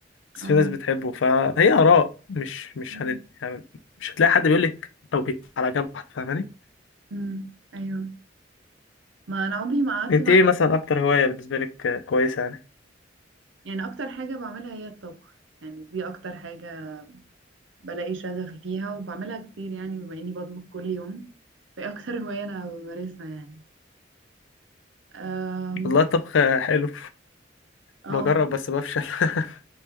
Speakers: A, on the left (about 85°); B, on the right (about 75°).
A: بس
B: اه
A: في ناس بتحبه فهي آراء مش مش
B: مم.
A: هنت... يعني مش هتلاقي حد بيقولك أو بيت على جنب واحد فاهماني
B: مم. ايوه ما انا عمري ما قعدت
A: أنت
B: مع
A: إيه
B: ناس
A: مثلا أكتر هواية بالنسبة لك آه، كويسة يعني
B: يعني اكتر حاجة بعملها هي الطبخ يعني دي اكتر حاجة بلاقي شغف فيها وبعملها كتير يعني بما اني بطبخ كل يوم <laughs> في اكتر هواية انا بمارسها يعني أم،
A: والله الطبخ حلو
B: اه
A: بجرب بس بفشل <laughs>